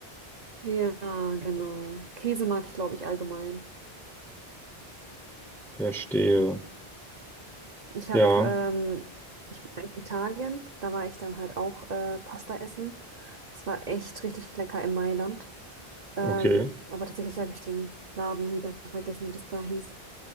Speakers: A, on the right (about 45°); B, in the centre.
A: Ja, genau. Käse mag ich, glaube ich, allgemein.
B: Verstehe.
A: Ich habe,
B: Ja,
A: ähm, ich war in Italien, da war ich dann halt auch äh, Pasta essen. Es war echt richtig lecker in Mailand. Ähm,
B: okay.
A: aber tatsächlich habe ich den Laden wieder vergessen, wie das da hieß.